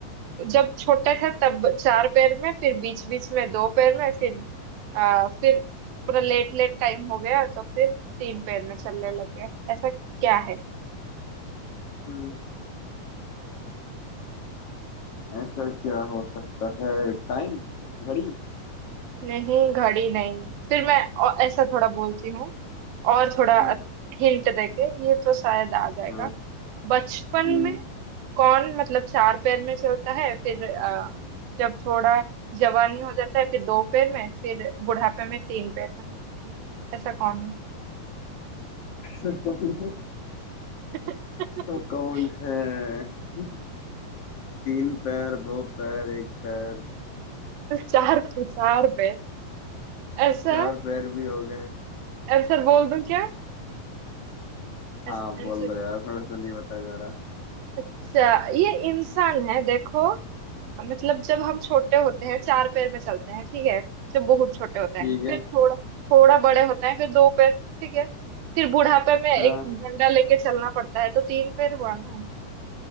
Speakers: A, on the right; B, on the left.
A: जब छोटे थे तब चार पैर में फिर बीच बीच में दो पैर में फिर अ, फिर पूरा लेट लेट टाइम हो गया तो फिर तीन पैर में चलने लग गए ऐसा क्या है
B: हम्म ऐसा क्या हो सकता है टाइम घड़ी
A: नहीं घड़ी नहीं फिर मैं औ- ऐसा थोड़ा बोलती हूँ और थोड़ा
B: हम्म
A: हिंट देके ये तो शायद आ जाएगा
B: हाँ
A: बचपन
B: हम्म
A: में कौन मतलब चार पैर में चलता है फिर अ, जब थोड़ा जवानी हो जाता है फिर दो पैर में फिर बुढ़ापे में तीन पैर में ऐसा कौन है
B: ऐसा कौन
A: <laughs>
B: सब कौन है <laughs> तीन पैर दो पैर एक पैर
A: चार पैर चार पैर ऐसा
B: चार पैर भी हो गए
A: आंसर बोल दूं क्या
B: हाँ
A: ऐसा
B: बोल
A: आंसर
B: दो यार मेरे को नहीं बताया जा रहा
A: अच्छा ये इंसान है देखो मतलब जब हम छोटे होते हैं चार पैर में चलते हैं ठीक है जब बहुत छोटे होते हैं
B: ठीक
A: फिर
B: है
A: थोड़ा थोड़ा बड़े होते हैं फिर दो पैर ठीक है फिर बुढ़ापे में एक
B: हाँ
A: डंडा लेके चलना पड़ता है तो तीन पैर हुआ ना